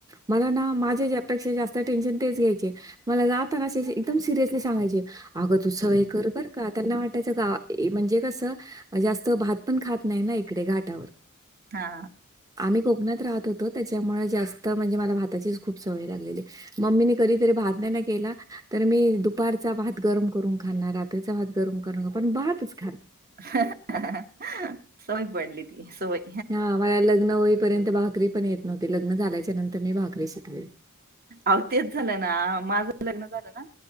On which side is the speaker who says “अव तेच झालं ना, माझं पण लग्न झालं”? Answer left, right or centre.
Right